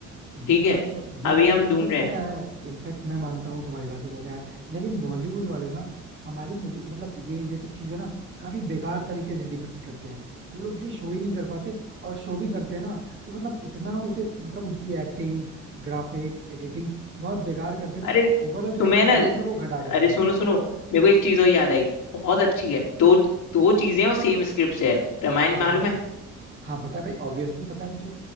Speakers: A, on the right; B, on the left.
A: ये
B: ठीक
A: बात
B: है
A: तो ये
B: अभी
A: बात
B: हम
A: तो इनफैक्ट
B: ढूंढ रहे
A: पता
B: हैं
A: है इनफैक्ट मैं मानता हूँ तुम्हारी बातों को क्या है लेकिन बॉलीवुड वाले ना हमारी मूवी मतलब ये ये सब चीजें ना काफी बेकार तरीके से डिपिक्ट करते हैं वो लोग इसे शो ही नहीं कर पाते और शो भी करते हैं ना तो मतलब इतना उसे मतलब उनकी एक्टिंग ग्राफिक्स एडिटिंग बहुत बेकार करके ना
B: अरे
A: ओवरऑल जो
B: तुम्हें
A: एक्सपीरियंस
B: ना
A: है वो घटा देते
B: अरे
A: हैं
B: सुनो सुनो मेरे को एक चीज और याद आई बहुत अच्छी है दो दो चीजें और सेम स्क्रिप्ट से है रामायण
A: हाँ बताओ
B: मालूम है
A: हाँ पता है भाई ऑब्वियसली पता है मुझे